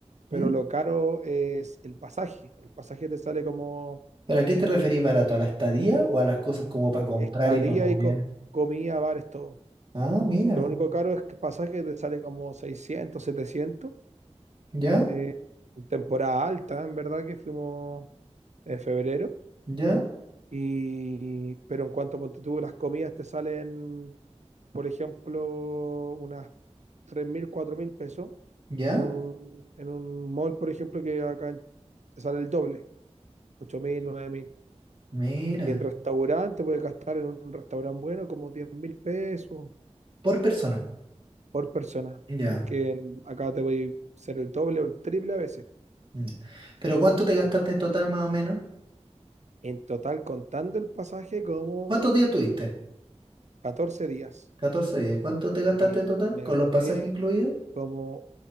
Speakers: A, on the right; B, on the right.
A: pero
B: ¿Mm?
A: lo caro es el pasaje. El pasaje te sale como
B: ¿Pero a qué te referís barato? ¿A la estadía o a las cosas como para
A: estadía
B: comprar y para comer?
A: y co- comida, bares, todo.
B: Ah, mira,
A: Si lo único caro es que pasa que te sale como 600 700
B: ya,
A: eh, en temporada alta, en verdad, que fuimos en febrero.
B: ya,
A: Y, pero en cuanto a ponte tú, las comidas te salen, por ejemplo, unas tres mil cuatro mil pesos.
B: ya,
A: En un, en un mall, por ejemplo, que acá en- te sale el doble, ocho mil nueve mil
B: mira,
A: Y en restaurante puedes gastar en un restaurante bueno como 10.000 pesos,
B: por persona,
A: por persona,
B: ya.
A: que en- acá te voy a ser el doble o el triple a veces.
B: mm. ¿Pero cuánto te gastaste en total más o menos?
A: En total, contando el pasaje, como
B: ¿Cuántos días tuviste?
A: 14 días.
B: 14 días. ¿Cuánto te gastaste
A: Sí,
B: en total?
A: me
B: ¿Con
A: gasté
B: los pasajes incluidos?
A: como